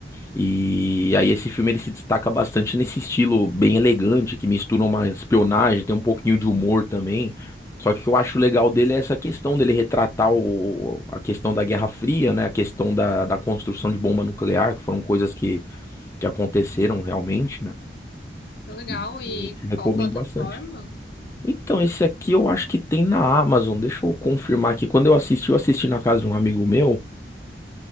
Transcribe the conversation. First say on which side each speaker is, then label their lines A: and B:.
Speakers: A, on the left; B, on the left.
A: E aí esse filme ele se destaca bastante nesse estilo bem elegante, que mistura uma espionagem, tem um pouquinho de humor também. Só que o que eu acho legal dele é essa questão dele retratar o, a questão da Guerra Fria, né? A questão da, da construção de bomba nuclear, que foram coisas que, que aconteceram realmente, né?
B: Que legal.
A: E
B: E
A: eu te recomendo
B: qual plataforma?
A: bastante. Então, esse aqui eu acho que tem na Amazon. Deixa eu confirmar aqui. Quando eu assisti, eu assisti na casa de um amigo meu.